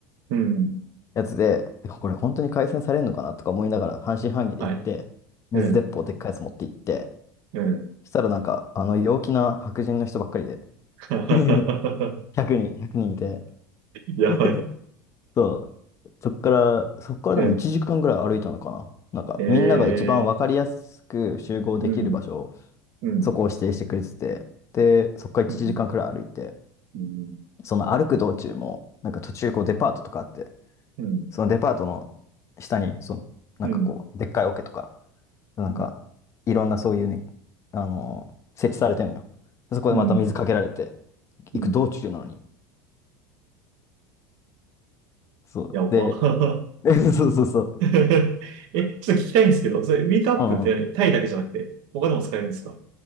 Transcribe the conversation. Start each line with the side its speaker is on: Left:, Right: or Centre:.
Right: うん、
Left: やつで、でもこれ本当に改善されるのかなとか思いながら半信半疑で行って、
Right: はい、
Left: 水鉄砲でっかいやつ持って行って、
Right: うん、うん。
Left: そしたらなんか、あの、陽気な白人の人ばっかりで、
Right: <laughs>
Left: <laughs> 1人、100人いて
Right: やばい。
Left: <laughs> そう。そっから、そっからでも1時間ぐらい歩いたのかな。
Right: うん、
Left: なんか、
Right: ええ、
Left: みんなが一番わかりやすく集合できる場所、
Right: うん、うん、
Left: そこを指定してくれてて、で、そっから1時間くらい歩いて、
Right: うん、うん、
Left: その歩く道中も、なんか途中こうデパートとかあって、
Right: うん、
Left: そのデパートの下に、その、なんかこう、
Right: うん、
Left: でっかい桶とか、なんか、
Right: う
Left: いろんなそういうね、あの設置されてんのよ。でそこでまた水かけられて、
Right: ん、うん。
Left: 行く道中なのに。そう。
Right: やば。
Left: で、<laughs> そうそうそう。
Right: <laughs> え、ちょっと聞きたいんですけど、それ、ミートアップって何タイだけじゃなくて、
Left: うん
Right: 他でも使えるんですか